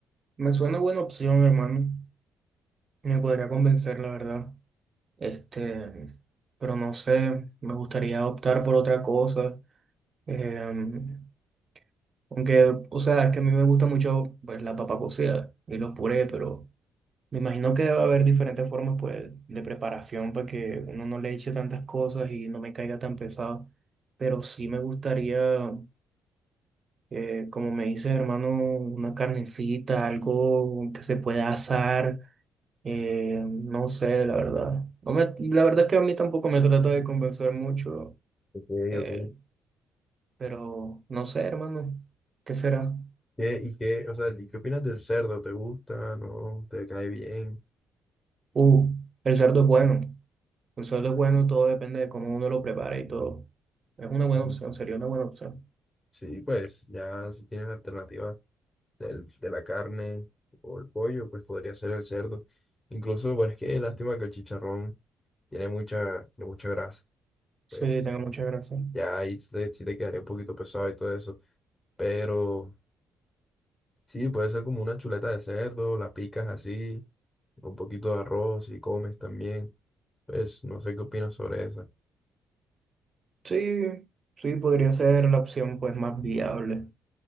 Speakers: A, on the right; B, on the left.
A: me suena buena opción, hermano. Me podría convencer, la verdad. Este, pero no sé, me gustaría optar por otra cosa. Em, aunque, o sea, es que a mí me gusta mucho, pues, la papa cocida y los purés, pero Me imagino que debe haber diferentes formas pues, de preparación para que uno no le eche tantas cosas y no me caiga tan pesado. Pero sí me gustaría, eh, como me dices, hermano, una carnecita, algo que se pueda asar. eh, no sé, la verdad. No me- la verdad es que a mí tampoco me trata de convencer mucho.
B: Ok,
A: eh,
B: ok.
A: pero no sé, hermano, ¿qué será?
B: ¿Qué, y qué, o sea, ¿y qué opinas del cerdo? ¿Te gusta? ¿No? ¿Te cae bien?
A: Uh, el cerdo es bueno. El sueldo es bueno, todo depende de cómo uno lo prepara y todo. Es una buena
B: Mm.
A: opción, sería una buena opción.
B: Sí, pues ya si tienes alternativas del- de la carne o el pollo, pues podría ser el cerdo. Incluso, bueno, es que lástima que el chicharrón tiene mucha, tiene mucha grasa.
A: Sí,
B: Pues
A: tengo muchas gracias.
B: ya ahí sí te, sí te quedaría un poquito pesado y todo eso. Pero sí, puede ser como una chuleta de cerdo, la picas así, con un poquito de arroz y comes también. Pues no sé qué opinas sobre esa.
A: Sí, sí, podría ser la opción pues más viable.